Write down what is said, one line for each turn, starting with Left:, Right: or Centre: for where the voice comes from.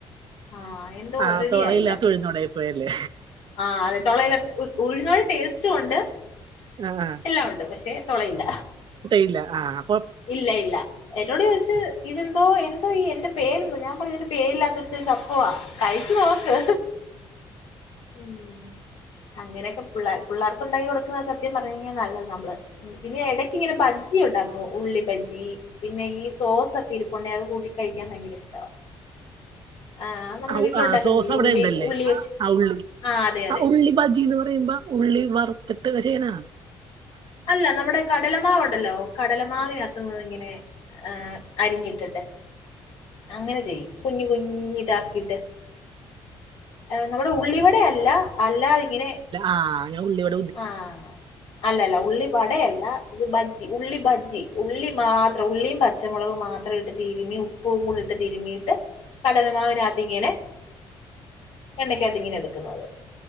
Left: ആഹ് എന്തോ
Right: ആ
Left: റെഡി
Right: തുളയില്ലാത്ത
Left: ആയില്ല
Right: ഉഴുന്നുവടയായി പോയല്ലേ
Left: ആഹ് അതെ തുളയിലത് ഉഴിഞ്ഞരു ടേസ്റ്റ് ഉണ്ട്
Right: ആ ആ
Left: എല്ലാം ഉണ്ട് പക്ഷെ തുളയില്ല
Right: ഇല്ല ആഹ്
Left: ഇല്ല ഇല്ല എന്നോട് ചോദിച്ച് ഇതെന്തോ എന്തോ ഈ എന്റെ പേരെന്തോ ഞാൻ പറയതിന് പേരില്ലാത്ത ഒരു സയ്സ്സ് അപ്പവാ കഴിച്ചു നോക്ക് ഉം ഉം ഉം അങ്ങനെഒക്കെ പിള്ളര് പിള്ളർക്ക് ഉണ്ടാക്കി കൊടുക്കുന്നത് സത്യ പറഞ്ഞ കഴിഞ്ഞാ നല്ലത് നമ്മള് ഉം പിന്നെ എടയ്ക്ക ഇങ്ങനെ ബജ്ജി ഉണ്ടാക്കും ന്നു ഉള്ളി ബജ്ജി പിന്നെ ഈ സോസ് ഒക്കെ ഇരിപ്പോടെ അത് കൂട്ടി കഴിക്കാൻ ഭയങ്കര ഇഷ്ടവാ ആഹ് നമ്മുടെ
Right: ഔ
Left: വീട്ടില്
Right: ആ
Left: ഉണ്ടാക്കുന്നില്ലേ
Right: സോസ് അവിടെ
Left: ഉള്ളി
Right: ഉണ്ടല്ലേ
Left: ഉള്ളി വെച്ച്
Right: ആ ഉള്ളി
Left: അതെ അതെ
Right: ആ ഉള്ളി ബജിന്ന് പറയുമ്പോ ഉള്ളി വറുത്തിട്ട് പര്നാ
Left: അല്ല നമ്മുടെ കടലമാവ് ഉണ്ടല്ലോ കടലമാവിനത്ത്ന്ന് ഇങ്ങനെ ആഹ് അരിഞ്ഞിട്ടിട്ട് അങ്ങനെ ചെയ്യും കുഞ്ഞ് കുഞ്ഞ് ഇതാക്കിട്ട് ഏഹ് നമ്മുടെ ഉള്ളിവട അല്ല അല്ലാതിങ്ങനെ
Right: ആഹ് ഞാൻ ഉള്ളി വാടാ
Left: ആഹ് അല്ലല്ല ഉള്ളി വടഅല്ല ഇത് ബജ്ജി ഉള്ളി ബജ്ജി ഉള്ളി മാ ത്ര ഉള്ളിയും പച്ചമുളകും മാത്ര ഇട്ട് തിരുമി ഉപ്പുകുടിട്ട് തിരുമിയിട്ട് കഠലമാവിനത്ത് ഇങ്ങനെ എണ്ണക്കത് ഇങ്ങനെ എടുക്കുന്നത്